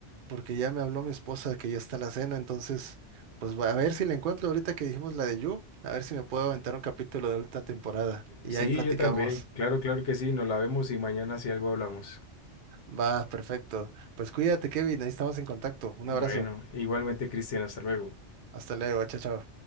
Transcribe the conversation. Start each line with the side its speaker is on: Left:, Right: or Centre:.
Right: porque ya me habló mi esposa que ya está la cena, entonces pues va- a ver si la encuentro ahorita que dijimos la de You, a ver si me puedo aventar un capítulo de última temporada y
Left: Sí,
Right: ahí platicamos.
Left: yo también. Claro, claro que sí, nos la vemos y mañana si algo hablamos.
Right: Va, perfecto. Pues cuídate, Kevin, ahí estamos en contacto. Un
Left: Bueno,
Right: abrazo.
Left: igualmente, Cristian, hasta luego.
Right: Hasta luego, chao, chao.